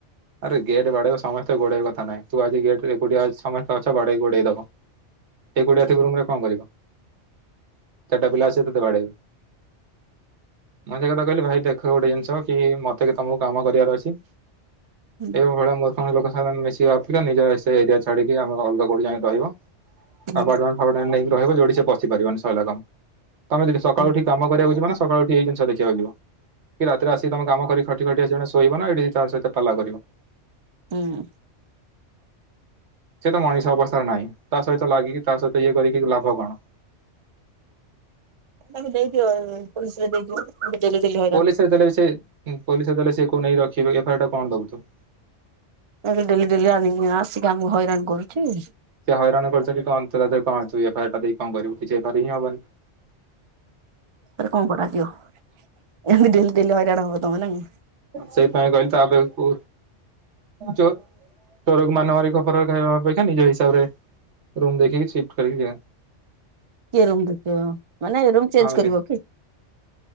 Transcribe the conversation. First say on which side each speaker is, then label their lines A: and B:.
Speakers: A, on the right; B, on the right.
A: ଆରେ ଗେଟ୍ ବାଡ଼େଇ ସମସ୍ତେ ଗୋଡ଼େଇବା କଥା ନାହିଁ ତୁ ଆଜି ଗେଟ୍ ଏକୁଟିଆ ସମସ୍ତେ ଅଛ ବାଡ଼ଇ ଗୋଡ଼େଇ ଦବ।
B: ହ
A: ଏକୁଟିଆ ଥିବ ରୁମ୍ ରେ କଣ କରିବ ଚାରିଟା ପିଲା
B: ଓହୋ।
A: ଅସି ତତେ ବାଡେଇବେ ମୁଁ ସୋ କଥା କହିଲି ଭାଇ ଦେଖ ଗୋଟେ ଜିନିଷ କି ମତେ କି ତମକୁ କାମ କରିବାର ଅଛି।
B: ହୁଁ
A: ଏଇ ଭଳିଆ ମୁର୍ଖାମୀ ଲୋକ ସାଙ୍ଗରେ ଅଧିଖା ନିଜ ଏରିଆ ଛାଡ଼ିକି ଆମେ ଅଲଗା କୋଉଠି ଯାଇକି ରହିବ।
B: ହୁଁ
A: ଆପର୍ଟମେଣ୍ଟ ଫାପାର୍ଟମେଣ୍ଟ ନେଇକି ରହିବ ଯୋଉଠି ସେ ପସି ପାରିବନି ସଇଲା କାମ ତମେ ଯଦି ସକାଳୁ
B: ହୁଁ
A: ଠିକ କାମ କରିବାକୁ ଯିବ ନା ସକାଳ ଉଠି ଏଇ ଜିନି ଦେଖିବାକୁ ଯିଵ କି ରାତିରେ ଆସିକି ତମେ କାମ କରି ଖଟି ଖଟି ଆସି ଜଣେ ଶୋଇବ ନା ଏଇଠି ତାରି ସହିତ ପାଲା କରିବ।
B: ହୁଁ।
A: ସେ ତ ମଣିଷ ଅବସ୍ଥାରେ ନାହିଁ ତା ସହିତ ଲାଗିକି ତା ସହିତ ଇଏ କରିକି ଲାଭ କଣ?
B: ତାକୁ ଦେଇଦିଅ ପୋଲିସରେ ଦେଇଦିଅ। ଗୋଟେ ଡେଲିଡେଲି ହବ
A: ପୋଲିସ୍ରେ ଦେଲେ ବି ସେ ପୋଲିସ୍ରେ ଦେଲେ ସେ କଣ ନେଇ ରଖିବେ ଏଫଆଇ ଆର ଟା କଣ ଦବୁ ତୁ
B: ଏ ଡେଲି ଡେଲି ଆ-ଆସିକି ଆମକୁ ହଇରାଣ କରୁଛି।
A: ସେ ହଇରାଣ କରିଛନ୍ତି କଣୁ ତା କଣୁ ଏଫ୍ ଆଇ ଆର୍ ଟା ଦେଇ କଣ କରିବୁ କିଛି ଏଫ୍ ଆଇ ଆର୍ ହିଁ ହବନି।
B: ତାରେ କଣ କରାଯିବ ଏମିତି ଡେଲି ଡେଲି ହଇରାଣ ହବ ତମେ ନା କି
A: ସେଇଥିପାଇଁ କହିଲି ତାପା କୁ ଯଉ ତୋର ମାନ ମାର ଖପର କହିବା ଅପେକ୍ଷା ନିଜ ହିସାବରେ ରୁମ୍ ଦେଖିକି ସିଫ୍ଟ କରିକି ଯିବା।
B: କିଏ ରୁମ୍ ଦେଖିବ ମାନେ ଏ ରୁମ୍
A: ଯିବା।
B: ଚେଞ୍ଜ୍ କରିବ କି।